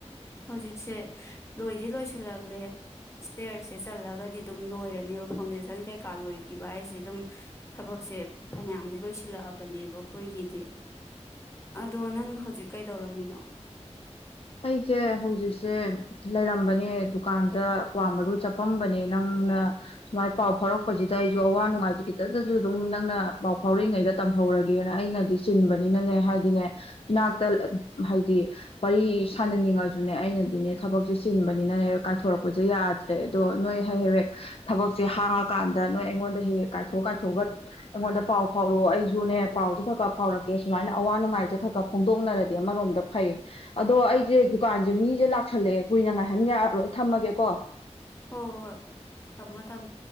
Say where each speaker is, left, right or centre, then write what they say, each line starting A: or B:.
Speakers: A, on the left (about 25°); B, on the left (about 55°).
A: ꯍꯧꯖꯤꯛꯁꯦ ꯂꯣꯏꯗꯤ ꯂꯣꯏꯁꯤꯜꯂꯛꯂꯦ ꯏꯁꯇꯦꯔꯁꯦ ꯆꯠꯂꯒꯗꯤ ꯑꯗꯨꯝ ꯂꯣꯏꯔꯅꯦꯕ ꯐꯥꯎꯟꯗꯦꯁꯟ ꯀꯩꯀꯥ ꯂꯣꯏꯈꯤꯕ ꯍꯥꯏꯁꯦ ꯑꯗꯨꯝ ꯊꯕꯛꯁꯦ ꯐꯅꯌꯥꯝꯗꯤ ꯂꯣꯏꯁꯤꯜꯂꯛꯑꯕꯅꯦꯕ ꯑꯩꯈꯣꯏꯒꯤꯗꯤ ꯑꯗꯣ ꯅꯪ ꯍꯧꯖꯤꯛ ꯀꯩꯗꯧꯔꯝꯃꯤꯅꯣ
B: ꯑꯩꯁꯦ ꯍꯧꯖꯤꯛꯁꯦ ꯂꯩꯔꯝꯕꯅꯦ ꯗꯨꯀꯥꯟꯗ ꯀ꯭ꯋꯥ ꯃꯔꯨ ꯆꯠꯄꯝꯕꯅꯦ ꯅꯪꯅ ꯁꯨꯃꯥꯏꯅ ꯄꯥꯎ ꯐꯥꯎꯔꯛꯄꯁꯤꯗ ꯑꯩꯁꯨ ꯑꯋꯥ ꯅꯨꯡꯉꯥꯏꯁꯦ ꯈꯤꯇꯇꯁꯨ ꯑꯗꯨꯝ ꯅꯪꯅ ꯄꯥꯎ ꯐꯥꯎꯔꯛꯏꯉꯩꯗ ꯇꯝꯍꯧꯔꯒꯦꯅ ꯑꯩꯅꯗꯤ ꯆꯤꯟꯕꯅꯤꯅꯅꯦ ꯍꯥꯏꯗꯤꯅꯦ ꯏꯅꯥꯛꯇ ꯍꯥꯏꯗꯤ ꯄꯔꯤ ꯁꯥꯟꯅꯅꯤꯡꯉꯁꯨꯅꯦ ꯑꯩꯅꯗꯤꯅꯦ ꯊꯕꯛꯁꯦ ꯆꯤꯟꯕꯅꯤꯅꯅꯦ ꯀꯥꯏꯊꯣꯔꯛꯄꯁꯦ ꯌꯥꯗ꯭ꯔꯦ ꯑꯗꯣ ꯅꯣꯏ ꯍ ꯍ ꯍꯦꯛ ꯊꯕꯛꯁꯦ ꯍꯥꯡꯉꯀꯥꯟꯗ ꯅꯣꯏ ꯑꯩꯉꯣꯟꯗ ꯍꯦꯛ ꯍꯦꯛ ꯀꯥꯏꯊꯣꯛ ꯀꯥꯏꯊꯣꯛꯑꯒ ꯑꯩꯉꯣꯟꯗ ꯄꯥꯎ ꯐꯥꯎꯔꯛꯑꯣ ꯑꯩꯁꯨꯅꯦ ꯄꯥꯎꯁꯦ ꯈꯔ ꯈꯔ ꯐꯥꯎꯔꯛꯀꯦ ꯁꯨꯃꯥꯏꯅ ꯑꯋꯥ ꯅꯨꯡꯉꯥꯏꯁꯦ ꯈꯔ ꯈꯔ ꯐꯣꯡꯗꯣꯛꯅꯔꯗꯤ ꯑꯃꯔꯣꯝꯗ ꯐꯩ ꯑꯗꯣ ꯑꯩ ꯑꯩꯁꯦ ꯗꯨꯀꯥꯟꯁꯦ ꯃꯤꯁꯦ ꯂꯥꯛꯁꯜꯂꯛꯑꯦ ꯀꯨꯏꯅ ꯉꯥꯏꯍꯟ ꯌꯥꯔꯔꯣꯏ ꯊꯝꯃꯒꯦꯀꯣ
A: ꯍꯣꯏ ꯍꯣꯏ ꯊꯝꯃꯣ ꯊꯝꯃ